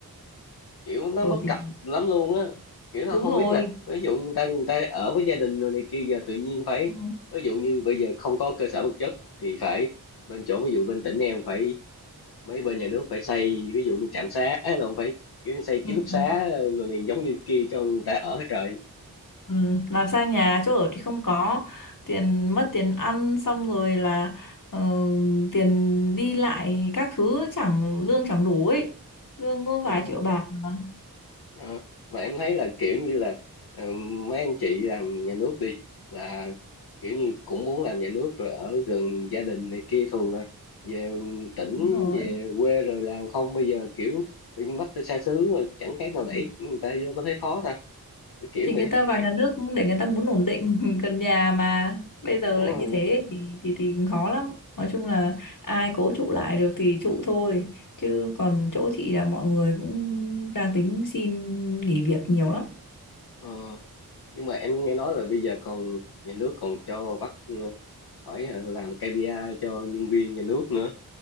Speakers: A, on the left; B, on the left.
A: kiểu nó
B: bởi
A: bất
B: vì
A: cập lắm luôn á kiểu nó
B: đúng
A: không
B: rồi
A: biết là ví dụ như người ta người ta ở với gia đình rồi này kia giờ tự nhiên phải
B: ừ.
A: ví dụ như bây giờ không có cơ sở vật chất thì phải bên chỗ ví dụ bên tỉnh em phải mấy bên nhà nước phải xây ví dụ như trạm xá á là không phải kiểu xây ký
B: Ừ.
A: túc
B: ừ.
A: xá ờ, rồi này giống như kia cho người ta ở hết trời
B: Ừ, làm xa nhà chỗ ở thì không có tiền mất tiền ăn xong rồi là ờ, tiền đi lại các thứ chẳng lương chẳng đủ ấy lương có
A: Ờ,
B: vài triệu bạc mà
A: Ờ, ờ, mà em thấy là kiểu như là ờ, mấy anh chị làm nhà nước đi là kiểu như cũng muốn làm nhà nước rồi ở gần gia đình này kia thường là về tỉnh
B: đúng rồi
A: về quê rồi làm không bây giờ kiểu tự nhiên bắt tới xa xứ rồi chẳng khác nào đẩy
B: Ừ.
A: người ta vô có thấy khó ta kiểu kiểu
B: thì
A: vậy
B: người ta vào nhà nước cũng để người ta muốn ổn định <laughs> gần nhà mà bây giờ
A: đúng
B: lại
A: rồi
B: như thế thì thì thì khó lắm nói chung là ai cố trụ lại được thì trụ thôi chứ còn chỗ chị là mọi người cũng đang tính xin nghỉ việc nhiều lắm
A: ờ. nhưng mà em nghe nói là bây giờ còn nhà nước còn cho bắt ờ, phải ờ, làm KPI cho nhân viên nhà nước nữa